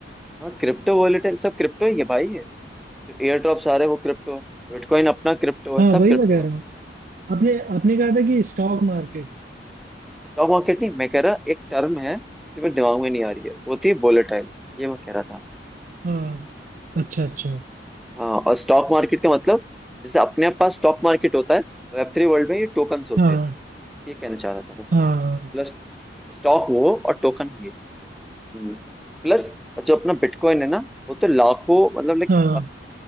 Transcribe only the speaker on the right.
हाँ
वही
मैं कह रहा
हूँ आपने आपने कहा था कि स्टॉक मार्केट
हाँ अच्छा अच्छा
हाँ
हाँ
हाँ